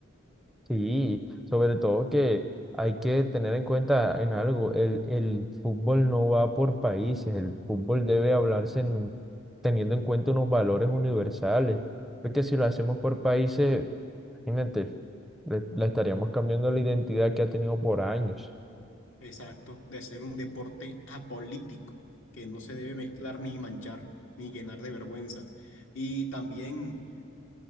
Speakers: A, in the centre; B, on the left (about 65°).
A: Sí, sobre todo que hay que tener en cuenta en algo, el, el fútbol no va por países, el fútbol debe hablarse en- teniendo en cuenta unos valores universales, porque si lo hacemos por países, imagínate, le, le estaríamos cambiando la identidad que ha tenido por años.
B: Exacto, de ser un deporte apolítico, que no se debe mezclar ni manchar, ni llenar de vergüenza. Y también